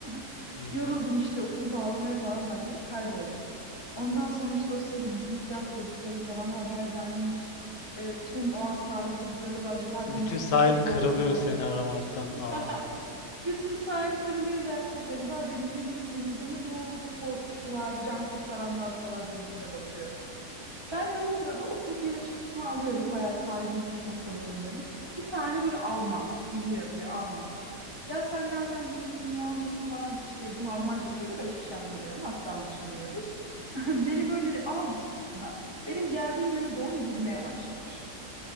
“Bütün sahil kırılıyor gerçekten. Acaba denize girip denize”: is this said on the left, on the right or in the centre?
Right